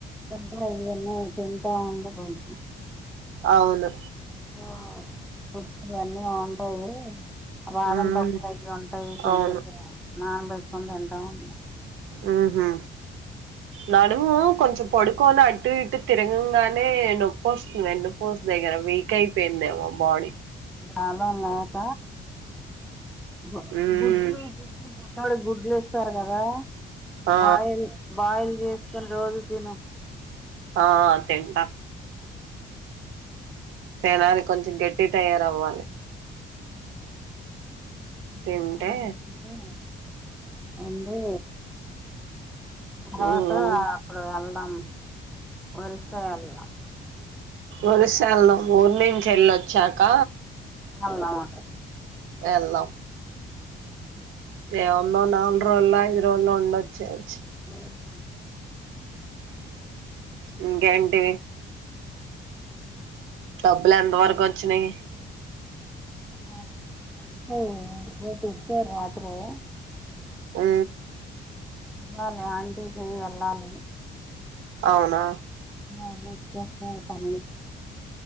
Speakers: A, in the centre; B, on the right.
A: ఏదన్న తింటా ఉండు కొంచం
B: అవును
A: ఆ మొత్తం అన్ని ఉంటాయి బాదాం
B: మ్మ్
A: పప్పులు అన్ని ఉంటాయి <unintelligible>
B: అవును
A: నాన్ పెట్టుకొని తింటా ఉండు
B: ఆహా నడుము కొంచెం పడుకొని అటు ఇటు తిరగగానే నొప్పి వస్తుంది వెన్నుపూస దగ్గర వీక్ అయిపోయిందేమో బాడీ
A: చాలా మోష గు
B: మ్మ్
A: గుడ్లు గుడ్లు బుడ్డోడికి గుడ్లు ఇస్తారు కదా
B: ఆ
A: బాయిల్ బాయిల్ చేసుకొని రోజు తిను
B: ఆ తింటా తినాలి కొంచెం గట్టి తయారవ్వాలి తింటే
A: శుభ్రంగా తింటే అంటే <unintelligible>
B: మ్మ్
A: అప్పుడు వెళ్దాం వస్తా <unintelligible>
B: ఒరిసలు ఊరూ నుంచి వేళ్ళి వచ్చాక
A: అ
B: ఎళ్దాం
A: ఉ
B: ఏ ఒన్నో నార్లోలై లో ఉండి ఒచ్చేయచ్చు
A: అవును
B: ఇంకేంటి
A: ఉ
B: డబ్బులు ఎంత వరకు వచ్చినయి
A: ఆ ఇచ్చారు రాత్రే
B: హు
A: ఉ ల ఆంటీ హు ఎల్లాలి
B: అవునా
A: వెళ్ళి ఇచ్చేస్తారు పని